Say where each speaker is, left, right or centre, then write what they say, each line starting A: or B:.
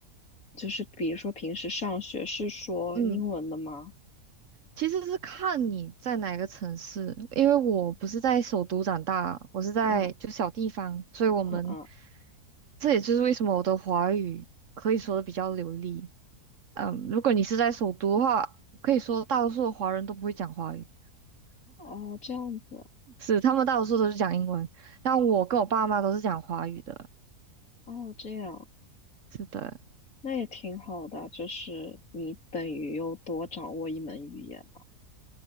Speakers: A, on the left (about 60°); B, on the right (about 60°).
A: 就是比如说平时上学是说英文的吗？
B: 嗯。其实是看你在哪个城市，因为我不是在首都长大，我是在就小地方，
A: 嗯
B: 所以我们
A: 嗯嗯，
B: 这也就是为什么我的华语可以说的比较流利。嗯，如果你是在首都的话，可以说大多数的华人都不会讲华语，
A: 哦，这样子，
B: 是他们大多数都是讲英文，但我跟我爸妈都是讲华语的。
A: 哦，这样，
B: 是的，
A: 那也挺好的啊，就是你等于又多掌握一门语言嘛。